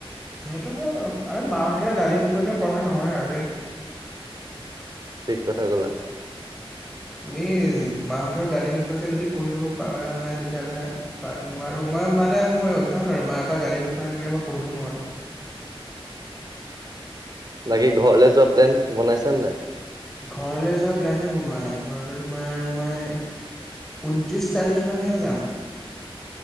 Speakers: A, in the centre; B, on the right.
A: সেইটো হয় বাৰু, আৰু মাহতৰ গালি নোখোৱাকে পঢ়া নহয় আৰু দেই।
B: ঠিক কথা ক'লা।
A: তুমি মাহঁতৰ গালি নোখোৱাকে যদি পঢ়িব পৰা নাই তেতিয়াহ'লে পাৰা নোৱাৰো, মই মানে মোৰ অভ্যাস আৰু মাৰ পৰা গালি নোখোৱাকে মই পঢ়িব নোৱাৰো।
B: বাকী ঘৰলে যোৱা প্লেন বনাইছ নে নাই?
A: ঘৰলৈ যোৱাহে প্লেনহে বনোৱা নাই। ঘৰলৈ তোমাৰ মই ঊনত্ৰিছ তাৰিখ মানেহে যাম।